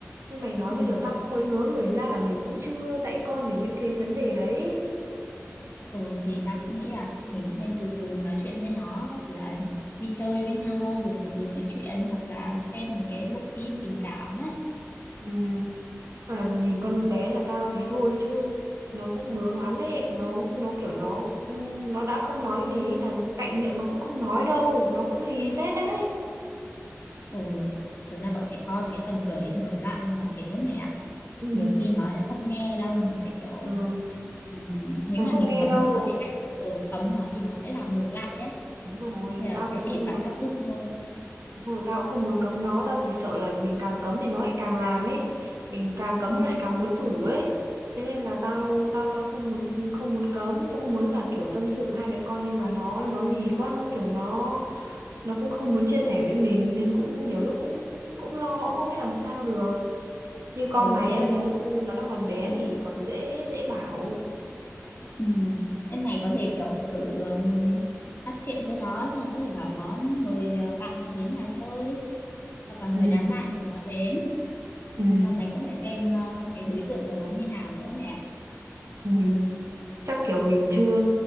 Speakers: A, on the right (about 70°); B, on the left (about 40°).
A: nên mày nói
B: ừ.
A: bây giờ tao cũng mới ngớ người ra là mình cũng chưa dạy con về những cái vấn đề đấy
B: ừ thì tao cũng nghĩ là mình cũng nên từ từ nói chuyện với nó có thể là đi chơi với nhau rồi từ từ nói chuyện hoặc là xem mấy cái bộ phim tình cảm ấy
A: Ừ. Và nhìn con
B: ừ.
A: bé nhà tao thế thôi chứ nó cũng bướng lắm ấy nó nó kiểu nó nó đã không nói gì ấy, là cạnh miệng nó cũng không nói đâu nó cũng lì phết đấy
B: Ồ, thực ra bọn trẻ con cái tầm tuổi nổi loạn nó thế mẹ ạ.
A: ừ,
B: Nhiều khi nói nó không nghe đâu, mình phải kiểu
A: ừ,
B: ừm, nếu
A: nó
B: mà
A: không
B: mình
A: nghe
B: cấm
A: đâu
B: nó thì chắc ừ, cấm nó thì nó sẽ làm ngược lại ấy.
A: đúng rồi
B: Nên là
A: tao cũng
B: sẽ
A: không
B: chỉ phản tác dụng thôi.
A: Đúng rồi, tao cũng không muốn cấm nó, tao chỉ sợ là mình càng cấm thì nó lại càng làm ấy, mình càng cấm
B: Ừ.
A: nó lại càng muốn thử ấy. Thế nên là tao tao tao không muốn không muốn cấm, cũng muốn là kiểu tâm sự hai mẹ con nhưng mà nó nó lì quá, nó kiểu nó nó cũng không muốn chia sẻ với mình nên cũng nhiều lúc cũng cũng lo cũng không biết làm sao được. Như con
B: Ồ
A: mày
B: thế
A: á, ví
B: ạ.
A: dụ như nó đang còn bé
B: ừ.
A: thì còn dễ dễ bảo.
B: Ừ. Em này có thể kiểu tự ừm, bắt chuyện với nó xong rồi có thể bảo nó mời ờ, bạn nó đến nhà chơi hoặc là mời
A: Ừ,
B: đám bạn của nó đến.
A: ừ,
B: Xong mày cũng phải xem ờ, cái đối tượng của nó như nào nữa mẹ.
A: ừ. Chắc kiểu mình chưa